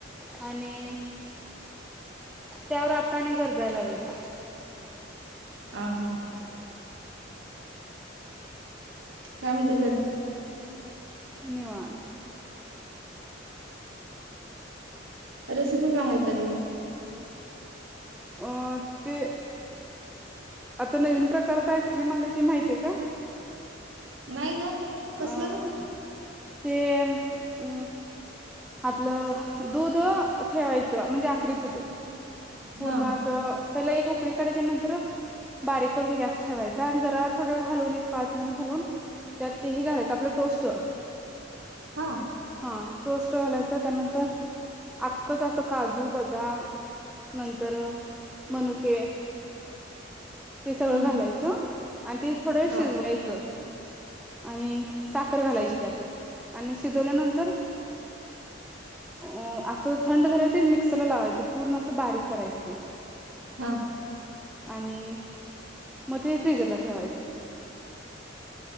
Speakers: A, in the centre; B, on the right.
A: आणि त्यावर आता आणि गरजाय लागलय.
B: अ हा हा कामे तरी झाली.
A: धन्यवाद
B: रेसिपी सांगा एखादी
A: अ ते आता नवीन प्रकारचा आईस्क्रीम आलाय ते माहतीय का?
B: नाही ग कसलं
A: आह
B: ग
A: ते अ आपलं दूध ठेवायचं म्हणजे आकरी दुध पूर्ण
B: हा
A: असं पहिला एक उकळी काढायची नंतर बारीक करून गॅस ठेवायचा आणि जरा थोड वेळ हालून एक पाच दहा मिनिट हलवून त्यात ते हे घालायचं आपलं टोस्ट
B: हा
A: हा टोस्ट घालायचं त्यानंतर आख्खच असं काजू बदाम नंतर मनुके ते सगळं
B: हम्
A: घालायचं आणि ते थोडावेळ शिजवायचं
B: हा
A: आणि साखर घालायची त्यातच आणि शिजवल्यानंतर, अ असं थंड झालं होते मिक्सरला लावायचं पूर्ण असं बारीक करायचं ते
B: हा
A: आणि मग ते फ्रिजरला ठेवायचं.